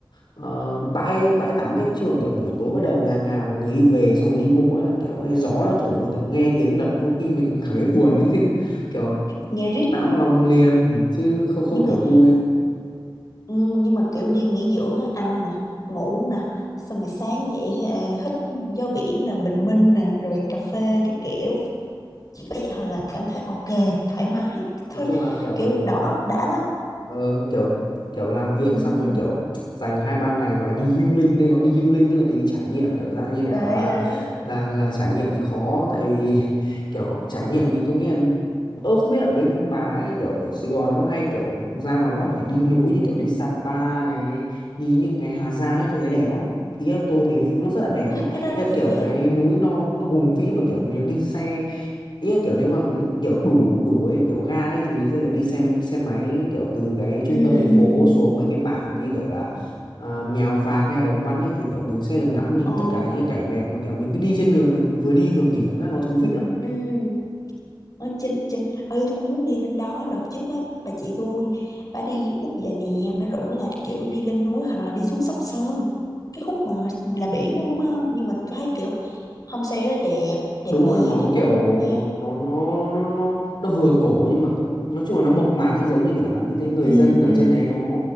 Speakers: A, on the left; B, on the left.
A: ờ, bãi bãi tắm ấy chứ còn kiểu buổi tối bắt đầu ngà ngà mọi người đi về xong rồi đi bộ ấy là kiểu ấy, gió nó thổi mà kiểu nghe tiếng đập có khi mình còn cảm thấy buồn ấy chứ <laughs> kiểu
B: nghe rít
A: não lòng liền chứ không không
B: nhưng mà
A: kiểu vui
B: ừ, nhưng mà kiểu đi nghỉ dưỡng á, ăn nè ngủ nè xong rồi sáng dậy ờ, hít gió biển nè bình minh nè rồi cà phê cái kiểu chỉ có vậy thôi là cảm thấy ok thoải mái thôi
A: nói chung là kiểu
B: kiểu đầu óc đã lắm
A: Ờ, kiểu kiểu làm việc
B: ừ,
A: xong rồi kiểu dành hai ba ngày gọi là đi healing đây gọi đi healing chứ còn đi trải nghiệm kiểu dạng như
B: đấy
A: kiểu là
B: đấy
A: là là trải nghiệm thì khó tại vì <laughs> kiểu trải nghiệm thì tôi nghĩ là ơ không biết ở bên bà ấy kiểu ở Sài Gòn nó có hay kiểu ra ngoài Bắc để đi núi như kiểu đi Sapa này đi những cái Hà Giang ấy tôi thấy đẹp lắm ý là tôi thấy nó rất là đẹp
B: nói
A: ấy
B: cái đó
A: ý là
B: đẹp
A: kiểu cái núi non nó hùng vĩ mà kiểu mình được đi xe ý là kiểu nếu mà kiểu đủ đủ ấy kiểu gan ấy thì mình sẽ kiểu đi xem xe máy kiểu từ cái trung
B: ừ
A: tâm thành
B: ừ
A: phố
B: ừ
A: xuống
B: ừ.
A: mấy cái bản như kiểu là à, Mèo Vạc hay là Đồng Văn ấy thì kiểu mình sẽ được ngắm nhìn
B: ờ
A: tất cả những cái cảnh đẹp mà kiểu mình cứ đi trên đường mình vừa đi vừa nghỉ cảm giác nó thú vị lắm
B: ừ ở trên trên ơi tôi cũng muốn đi lên đó đợt trước á bà chị tôi bà đi Úc về nè bà rủ là kiểu đi lên núi hoặc là đi xuống Sóc Sơn cái khúc mà là biển luôn đúng không nhưng mà tôi thấy kiểu homestay đó đẹp đẹp
A: đúng
B: nha
A: rồi nó
B: đẹp
A: kiểu
B: lắm luôn á má
A: nó nó nó nó nó vừa cổ nhưng mà kiểu nói chung là nó mộc mạc ấy giống như kiểu là những cái người
B: ừ
A: dân ở
B: ừ
A: trên đấy nó